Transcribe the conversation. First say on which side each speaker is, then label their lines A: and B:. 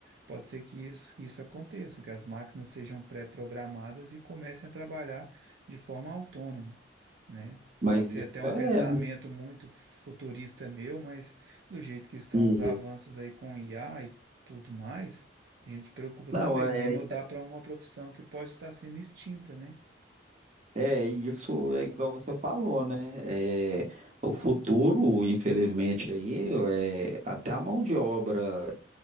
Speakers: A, on the right; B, on the right.
A: pode ser que isso, que isso aconteça, que as máquinas sejam pré-programadas e comecem a trabalhar de forma autônoma. né?
B: Mas
A: Pode ser até um
B: é,
A: pensamento muito futurista meu, mas do jeito que estão
B: e-
A: os avanços aí com IA e tudo mais, a gente preocupa
B: não,
A: também,
B: é,
A: né? E mudar para uma profissão que pode estar sendo extinta, né?
B: é isso, é igual você falou, né? É, o futuro, infelizmente, aí, é, até a mão de obra